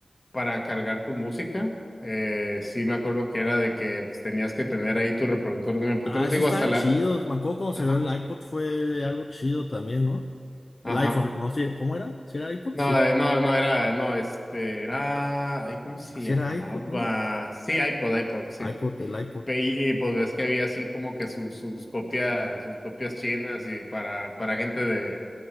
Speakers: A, on the left; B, on the left.
A: para cargar tu música. Eh, sí me acuerdo que era de que pues, tenías que tener ahí tu reproductor de MP3,
B: Ah, esos
A: digo,
B: estaban
A: hasta la...
B: chidos. Me acuerdo cuando
A: Ajá,
B: salió el iPod fue algo chido también, ¿no?
A: ajá.
B: El iPhone, no, sí, ¿cómo era? ¿Sí era iPod?
A: No,
B: Sí.
A: eh, no, no era, no, este, era, ay, ¿cómo se
B: Sí
A: llamaba?
B: era iPod, ¿no?
A: Sí, iPod, iPod, sí,
B: iPod, el iPod.
A: Pe- Y, y, pues ves que había así como que sus, sus copias, sus copias chinas y para, para gente de,